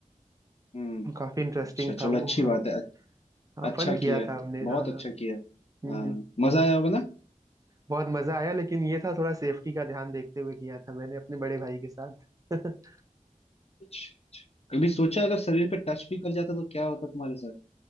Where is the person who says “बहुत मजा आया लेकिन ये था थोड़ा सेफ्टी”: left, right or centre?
Right